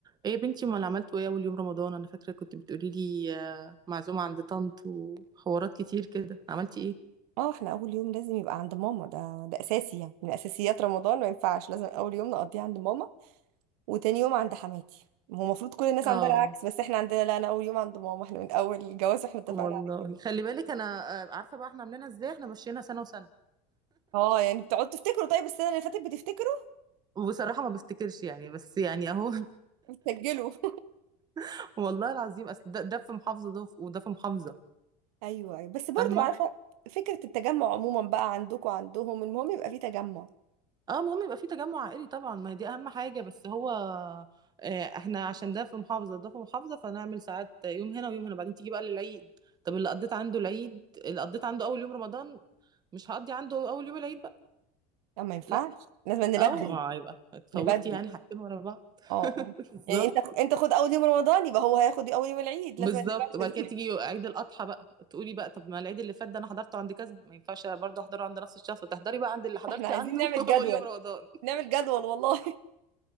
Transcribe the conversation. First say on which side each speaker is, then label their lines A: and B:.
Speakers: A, on the right; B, on the right.
A: ايه يا بنتي امال عملتوا ايه اول يوم رمضان انا فاكره كنت بتقولي لي آه، معزومه عند طنط وحوارات كتير كده عملتي ايه
B: اه احنا اول يوم لازم يبقى عند ماما ده ده اساسي يعني من اساسيات رمضان ما ينفعش لازم اول يوم نقضيه عند ماما وتاني يوم عند حماتي هو المفروض كل الناس
A: اه
B: عندها العكس بس احنا عندنا لا انا اول يوم عند ماما احنا من اول الجواز احنا اتفقنا
A: والله
B: على كده
A: خلي بالك انا آه، عارفه بقى احنا عاملينها ازاي احنا مشينا سنه وسنه
B: اه يعني بتقعدوا تفتكروا طيب السنه اللي فاتت بتفتكروا
A: وبصراحه ما بفتكرش يعني بس يعني اهو
B: بتسجلوا <laughs>
A: <laughs> والله العظيم اصل ده, ده في محافظه ده وف- وده في محافظه
B: ايوه ايوه بس برضو
A: فاهمه
B: <laughs> عارفه فكره التجمع عموما بقى عندكم وعندهم المهم يبقى في تجمع
A: اه المهم يبقى في تجمع عائلي طبعا ما دي اهم حاجه بس هو آه، احنا عشان ده في محافظه ده في محافظه فنعمل ساعات يوم هنا ويوم هنا بعدين تيجي بقى للعيد طب اللي قضيت عنده العيد اللي قضيت عنده اول يوم رمضان مش هقضي عنده اول يوم العيد بقى
B: لا ما ينفعش
A: لا
B: لازم نبدل
A: اه ما هيبقى اتفوتي
B: نبدل
A: يعني حاجتين
B: <laughs>
A: ورا بعض
B: اه اه
A: <laughs> بالظبط
B: يعني انت انت خد اول يوم رمضان يبقى هو هياخد اول يوم العيد
A: بالظبط
B: لازم
A: وبعد
B: نبدل
A: كده تيجي عيد الاضحى بقى تقولي بقى طب ما العيد اللي فات ده انا حضرته عند كذا ما ينفعش برضه احضره عند نفس الشخص تحضري بقى عند اللي حضرتي
B: احنا عايزين
A: عنده
B: نعمل
A: <laughs>
B: جدول
A: اول يوم رمضان
B: نعمل جدول والله